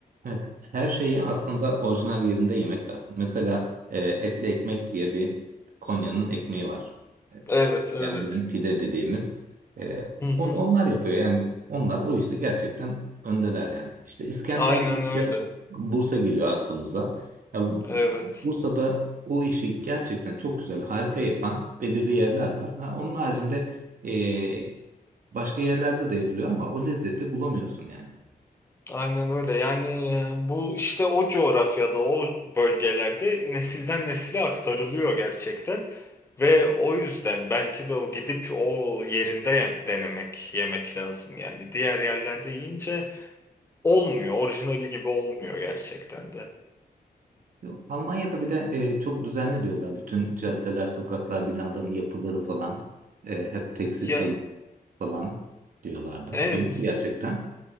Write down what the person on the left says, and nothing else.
Evet, evet.
Hı hı.
Aynen
öyle.
Evet.
Aynen öyle. Yani e, bu işte o coğrafyada, o bölgelerde nesilden nesile aktarılıyor gerçekten. Ve o yüzden belki de o gidip o yerinde ye- denemek, yemek lazım yani. Diğer yerlerde yiyince olmuyor, orijinali gibi olmuyor gerçekten de.
Ya
evet,